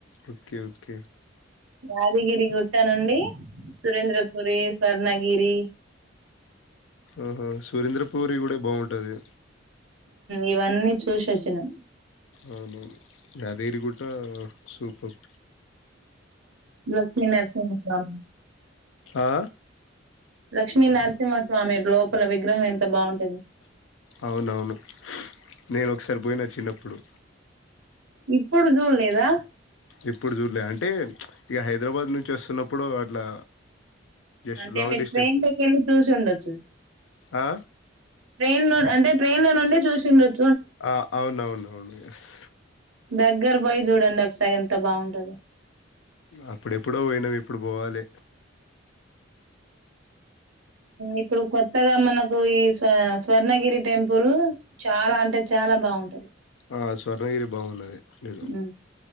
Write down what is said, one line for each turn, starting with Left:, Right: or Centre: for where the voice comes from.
Left: ఓకే ఓకే
Right: యాదగిరి గుట్ట నుండి సురేంద్రపురి స్వర్ణగిరి హ
Left: ఆహో సురేంద్ర పూరి కూడా బాగుంటది
Right: ఇవన్నీ చూసిచ్చినం
Left: అవున యాదగిరి గుట్ట సూపర్
Right: లక్ష్మీనరసింహ స్వామి
Left: ఆ!
Right: లక్ష్మీ నరసింహస్వామి లోపల విగ్రహం ఎంత బాగుంటది
Left: అవునవును నేను ఒకసారి పోయిన చిన్నప్పుడు
Right: ఇప్పుడు చూడలేదా
Left: ఎప్పుడు చూర్లే అంటే ఈ హైదరాబాద్ నుంచి వస్తున్నప్పుడు అట్లా జస్ట్
Right: అంటే
Left: లాంగ్
Right: మీరు
Left: డిస్టెన్స్.
Right: ట్రైన్లోకి వెళ్ళి చూసి ఉండొచ్చు
Left: ఆ!
Right: ట్రైన్ ను అంటే ట్రైన్ లో నుండి చూసిందచు
Left: ఆ అవునవును అవును ఎస్
Right: దగ్గర బాయ్ చూడండి ఒకసారి ఎంత బాగుంటదు
Left: అప్పుడెప్పుడో వొయినామ్, ఇప్పుడు బోవాలే.
Right: ఇప్పుడు కొత్తగా మనకు, ఈ స్వ స్వర్ణగిరి టెంపుల్ చాలా అంటే. చాలా బాగుంటది.
Left: ఆ స్వర్ణగిరి బాగున్నది, నిజం
Right: మ్మ్